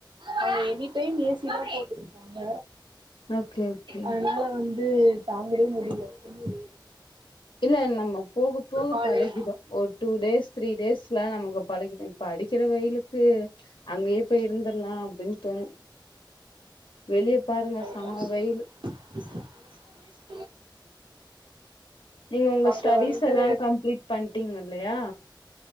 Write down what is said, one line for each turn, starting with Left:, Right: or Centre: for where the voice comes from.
Right: அங்க எனிடைம் ஏ சி தா போட்டுருக்காங்க
Left: ஓகே ஓகே
Right: அதனால வந்து தாங்கவே முடியல முடிய
Left: இல்ல நம்ம போக போக
Right: காலைல
Left: பழகிடு ஒரு டூ டேஸ் த்ரீ டேஸ்ல நமக் பழகிரு இப்ப அடிக்கிற வெயிலுக்கு அங்கே போய் இருந்தர்லா அப்டின் தோணு வெளியே பாருங்க
Right: அதுதான்
Left: செம்ம வெயில்
Right: <inaudible>
Left: நீங்க உங்க
Right: அங்க
Left: ஸ்டடிஸ்
Right: வந்து
Left: எல்லா கம்ப்ளீட் பண்ட்டீங்க இல்லையா